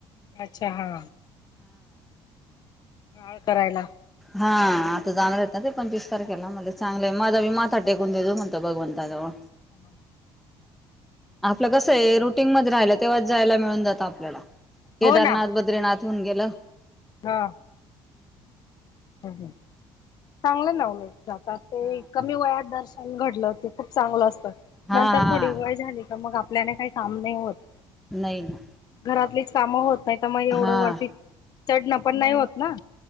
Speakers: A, on the left (about 45°); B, in the centre.
A: अच्छा हा ह करायला
B: हा आता जाणार आहेत ना ते पंचवीस तारीख त्याला म्हणले चांगले माधवी माधवी काटे कुंदे तो म्हणता भगवंताजवळ
A: हम्
B: आपलं कसंय रुटीन मध्ये राहिलेत तेव्हाच जायला मिळून जात आपल्याला केदारनाथ
A: हो ना
B: बद्रीनाथ फन गेला
A: हा हम चांगलंय ना उल ज ते
B: हा.
A: कमी वयातर घडलं ते खूप चांगलं असतं
B: हा
A: नंतर
B: हा
A: थोडी वय झाली का मग आपल्याने काही सामने होत
B: नाही ना
A: घरातलीच कामं होत नाही तर मग एवढं
B: हा
A: वरती चढणं पण नाही होत ना